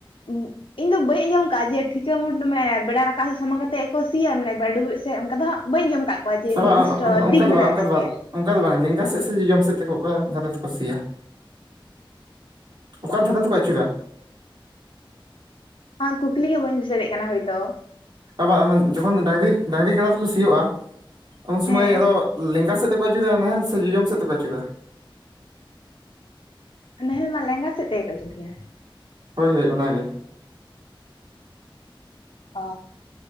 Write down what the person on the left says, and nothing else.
<inaudible> ᱤᱧ ᱫᱚ ᱵᱟᱹᱧ ᱟᱸᱚᱢ ᱠᱟᱫ ᱡᱮ ᱴᱷᱤᱠᱟᱹ ᱢᱩᱴ ᱢᱮ ᱵᱮᱲᱟ ᱨᱟᱠᱟᱵ ᱥᱟᱢᱟᱝ ᱠᱟᱛᱮ ᱛᱮ ᱠᱚ ᱥᱤᱭᱟ ᱢᱟᱱᱮ <inaudible> ᱥᱮ ᱚᱱᱠᱟ ᱫᱚ ᱦᱟᱸᱜ ᱵᱟᱹᱧ ᱟᱸᱡᱚᱢ ᱠᱟᱜ ᱠᱚᱣᱟ ᱡᱮ ᱱᱤᱨᱫᱤᱥᱴᱚ
ᱫᱤᱠ
ᱢᱮᱱᱟᱜᱼᱟ
ᱢᱮᱱᱛᱮ
<unintelligible> ᱠᱩᱠᱞᱤ ᱜᱮ ᱵᱟᱹᱧ ᱵᱩᱡ ᱫᱟᱲᱭᱟᱜ ᱠᱟᱱᱟ ᱦᱳᱭᱛᱳ
ᱦᱮᱸ
ᱱᱟᱦᱮᱞ ᱢᱟ ᱞᱮᱸᱜᱟ ᱥᱮᱫ ᱛᱮᱜᱮ ᱠᱚ ᱟᱪᱩᱨ ᱜᱮᱭᱟ
ᱚ